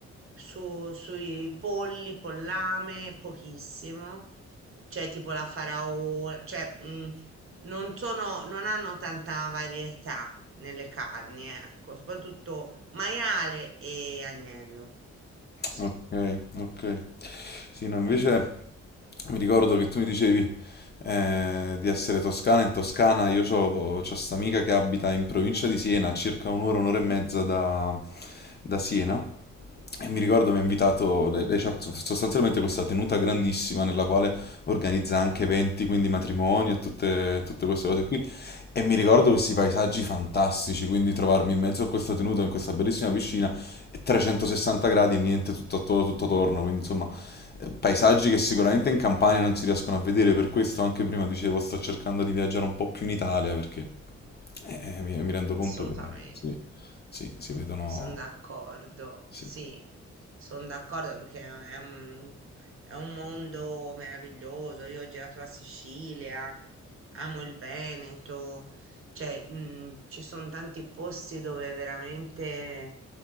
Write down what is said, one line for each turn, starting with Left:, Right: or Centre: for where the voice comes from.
Right: su- sui polli, pollame, pochissimo. Cioè tipo la faraola, cioè mm, non sono, non hanno tanta varietà nelle carni, ecco, soprattutto maiale e agnello. Sì,
Left: Ok, ok. Sì, no, invece mi ricordo che tu mi dicevi eh, di essere toscana. In Toscana io ho questa amica che abita in provincia di Siena, a circa un'ora, un'ora e mezza da, da Siena. E mi ricordo mi ha invitato, lei, lei c'ha so, sostanzialmente questa tenuta grandissima nella quale organizza anche eventi, quindi matrimoni e tutte, tutte queste cose qui. E mi ricordo questi paesaggi fantastici, quindi trovarmi in mezzo a questa tenuta, in questa bellissima piscina. 360 gradi e niente tutto attorno, tutto attorno, quindi insomma eh, paesaggi che sicuramente in Campania non si riescono a vedere, per questo anche prima dicevo sto cercando di viaggiare un po' più in Italia perché eh, eh, mi, mi rendo conto
Right: assolutamente.
Left: che sì, sì, si vedono...
Right: Sono d'accordo,
Left: sì.
Right: sì, sono d'accordo perché è è un, è un mondo meraviglioso. Io ho girato la Sicilia, amo il Veneto, cioè mm, ci sono tanti posti dove veramente